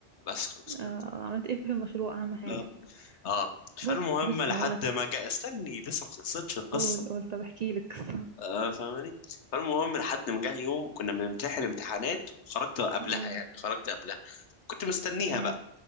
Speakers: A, on the left (about 75°); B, on the right (about 60°).
A: بس خلاص كده
B: آه، عملت ايه في المشروع اهم حاجة
A: اه اه فالمهم
B: بص بص
A: لحد
B: هقولك
A: ما جاء استني لسه ما خلصتش القصه
B: قول قول طب احكي لك قصة
A: آه فاهماني فالمهم لحد ما جه يوم كنا بنمتحن امتحانات وخرجت قبلها
B: <laughs> م،
A: يعني خرجت قبلها كنت مستنيها
B: تمام
A: بقى